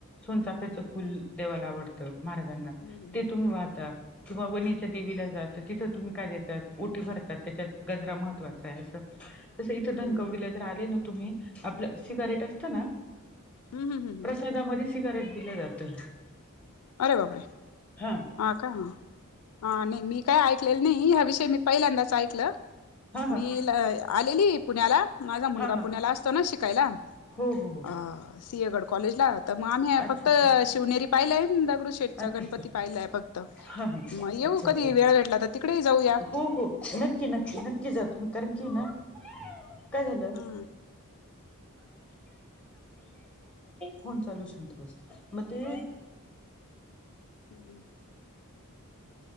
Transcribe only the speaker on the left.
हम्म
हम्म
हम्म हम्म हम्म
अरे बापरे
का हा हा नाही मी काय ऐकलेलं नाही हा विषय मी पहिल्यांदाच ऐकलं
मी आलेली पुण्याला माझा मुलगा
पुण्याला असतो ना शिकायला
अ सिंहगड कॉलेजला तर मग आम्ही
फक्त शिवनेरी पाहिले आणि दगडूशेठ गणपती
पाहिलाय फक्त
मग येऊ
कधी
वेळ भेटला तर तिकडेही जाऊया
हा
हम्म